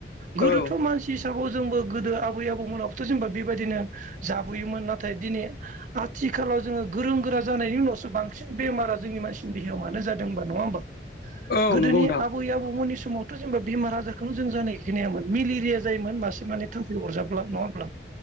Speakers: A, on the right; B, on the left.
A: गोदोथ'
B: औ
A: मानसि हिसाबाव जोंबो गोदो आबै आबौमोनाबोथ' जेनेबा बेबायदिनो जाबोयोमोन नाथाय दिनै आथिखालाव जोंङो गोरों गोरा जानायनि उनावसो बांसिन बेमारा जोंनि मानसिनि देहायाव मानो जादों। नङा ओमबा
B: औ
A: गोदोनि
B: नंगौ नोंथां
A: आबै आबौमोननि समाव जेनेबा बेमार आजारखौनो जों जानाय खोनायामोन मेलेरिया जायोमोन मासे मानै थामफै अरजाब्ला नङा होमब्ला?